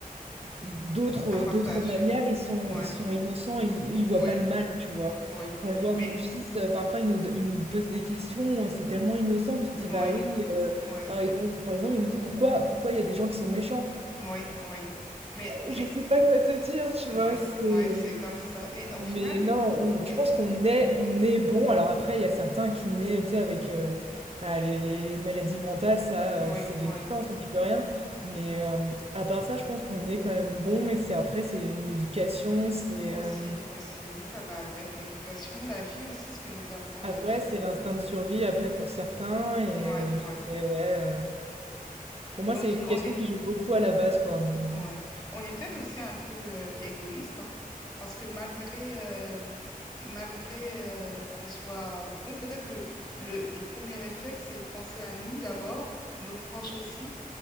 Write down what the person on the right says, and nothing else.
d'autres
d'autres manières, ils sont,
ils sont innocents, ils, ils voient
pas le mal, tu vois.
Quand
je vois
mon fils, euh, parfois, il nous, il nous pose des questions, euh, c'est tellement innocent, tu te dis,
bah oui, euh,
par, par- par exemple, il nous dit, pourquoi, pourquoi il y a des gens qui sont méchants?
Euh, Je sais pas quoi te dire, tu
vois, c'est...
euh,
mais non, on- je
pense qu'on est, on est bon. Alors après, il y a certains qui naissent, tu sais, avec euh, bah, les, les maladies mentales, ça,
euh, c'est de
naissance, on n'y peut rien. Mais euh, à part ça, je pense qu'on est quand même bon. Et c'est après, c'est une éducation, c'est
euh,
après,
c'est l'instinct de survie après pour certains. Et
euh,
je dirais, ouais, euh, pour moi,
c'est
l'éducation
qui joue beaucoup à la base, quoi. Mais, euh,